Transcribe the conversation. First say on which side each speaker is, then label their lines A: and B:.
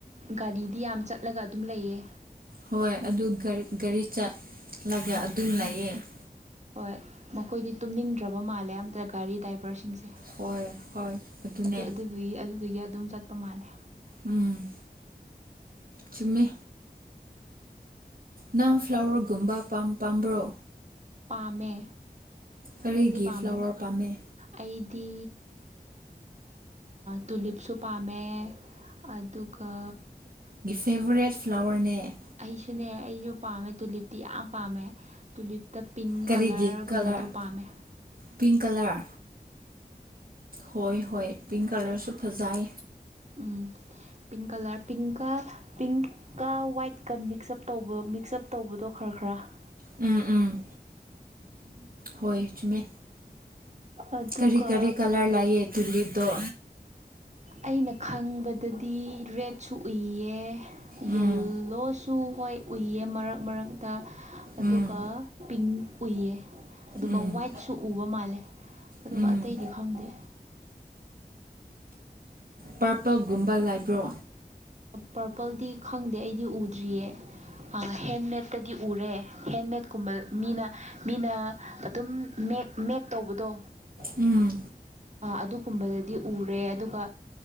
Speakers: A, on the right; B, on the right.
A: ꯒꯥꯔꯤꯗꯤ ꯌꯥꯝ ꯆꯠꯂꯒ ꯑꯗꯨꯝ ꯂꯩꯌꯦ
B: ꯍꯣꯏ ꯑꯗꯨ ꯒꯥꯔꯤ ꯆꯠꯂꯒ ꯑꯗꯨꯝ ꯂꯩꯥꯛꯑꯦ
A: ꯍꯣꯏ ꯃꯈꯣꯏꯗꯤ ꯇꯨꯝꯅꯤꯡꯗ꯭ꯔꯕ ꯃꯥꯜꯂꯦ ꯑꯝꯇ ꯒꯥꯔꯤ ꯗ꯭ꯔꯥꯏꯚꯔꯁꯤꯡꯁꯦ
B: ꯍꯣꯏ ꯍꯣꯏ ꯑꯗꯨꯅꯦ
A: ꯑꯗꯨ ꯑꯗꯨꯗꯨꯒꯤ ꯑꯗꯨꯗꯨꯒꯤ ꯑꯗꯨꯝ ꯆꯠꯄ ꯃꯥꯜꯂꯦ
B: ꯎꯝ ꯆꯨꯝꯃꯦ ꯅꯪ ꯐ꯭ꯂꯥꯋꯔꯒꯨꯝꯕ ꯄꯥꯝꯕ꯭ꯔꯣ
A: ꯄꯥꯝꯃꯦ
B: ꯀꯔꯤꯒꯤ
A: ꯅꯪꯗꯤ ꯄꯥꯝ
B: ꯐ꯭ꯂꯥꯋꯔ ꯄꯥꯝꯃꯦ
A: ꯑꯩ ꯇꯤ ꯇꯨꯂꯤꯞꯁꯨ ꯄꯥꯝꯃꯦ ꯑꯗꯨꯒ
B: ꯐꯦꯕꯣꯔꯦꯠ ꯐ꯭ꯂꯋꯔꯅꯦ
A: ꯑꯩꯁꯨꯅꯦ ꯑꯩꯁꯨ ꯄꯥꯝꯃꯦ ꯇꯨꯂꯤꯞꯇꯤ ꯌꯥꯝ ꯄꯥꯝꯃꯦ ꯇꯨꯂꯤꯞꯇ ꯄꯤꯡ
B: ꯀꯔꯤꯒꯤ
A: ꯀꯂꯔꯒꯨꯝꯕꯗꯣ
B: ꯀꯂꯔ
A: ꯄꯥꯝꯃꯦ
B: ꯄꯤꯡ ꯀꯂꯔ ꯍꯣꯏ ꯍꯣꯏ ꯄꯤꯡ ꯀꯂꯔꯁꯨ ꯐꯖꯥꯏ
A: ꯎꯝ ꯄꯤꯡ ꯀꯂꯔ ꯄꯤꯡꯀ ꯄꯤꯡꯀ ꯋꯥꯏꯠꯀ ꯃꯤꯛꯁ ꯑꯞ ꯇꯧꯕ ꯃꯤꯛꯁꯑꯞ ꯇꯧꯕꯗꯣ ꯈꯔ <inaudible>
B: ꯎꯝ ꯎꯝ ꯍꯣꯏ ꯆꯨꯝꯃꯦ
A: ꯑꯗꯨꯒ
B: ꯀꯔꯤ ꯀꯔꯤ ꯀꯂꯔ ꯂꯥꯛꯑ ꯇꯨꯂꯤꯞꯗꯣ
A: ꯑꯩꯅ ꯈꯪꯕꯗꯗꯤ ꯔꯦꯠꯁꯨ ꯎꯏꯌꯦ
B: ꯎꯝ
A: ꯌꯦꯜꯂꯣꯁꯨ ꯍꯣꯏ ꯎꯏꯌꯦ ꯃꯔꯛ ꯃꯔꯛꯇ ꯑꯗꯨꯒ
B: ꯎꯝ
A: ꯄꯤꯡ ꯎꯏꯌꯦ ꯑꯗꯨꯒ
B: ꯎꯝ
A: ꯋꯥꯏꯠꯁꯨ ꯎꯕ ꯃꯥꯜꯂꯦ ꯑꯗꯨꯒ
B: ꯎꯝ
A: ꯑꯇꯩꯗꯤ ꯈꯪꯗꯦ
B: ꯄꯥꯔꯄꯜꯒꯨꯝꯕ ꯂꯩꯕ꯭ꯔꯣ
A: ꯄꯔꯄꯜꯗꯤ ꯈꯪꯗꯦ ꯑꯩꯗꯤ ꯎꯗ꯭ꯔꯤꯌꯦ ꯍꯦꯟꯃꯦꯠꯇꯗꯤ ꯎꯔꯦ ꯍꯦꯟꯃꯦꯠꯀꯨꯝꯕ ꯃꯤꯅ ꯃꯤꯅ ꯑꯗꯨꯝ ꯃꯦꯛ ꯃꯦꯛ ꯇꯧꯕꯗꯣ
B: ꯎꯝ
A: ꯑꯗꯨꯒꯨꯝꯕꯗꯗꯤ ꯎꯔꯦ ꯑꯗꯨꯒ